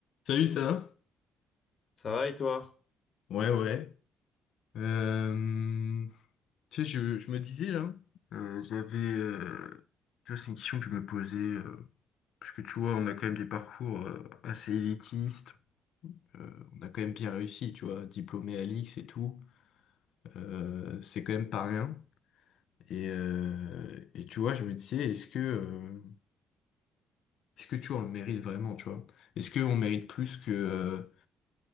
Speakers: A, on the left; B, on the left.
A: Salut, ça va?
B: Ça va et toi?
A: Ouais, ouais. Euh, tu sais, je, je me disais là, euh, j'avais, euh, tu vois, c'est une question que je me posais euh, parce que tu vois, on a quand même des parcours euh, assez élitistes. euh, on a quand même bien réussi, tu vois, diplômé à l'IX et tout. euh, c'est quand même pas rien. Et, euh, et tu vois, je me disais, est-ce que, euh, est-ce que tu vois, on le mérite vraiment, tu vois? Est-ce qu'on mérite plus que euh,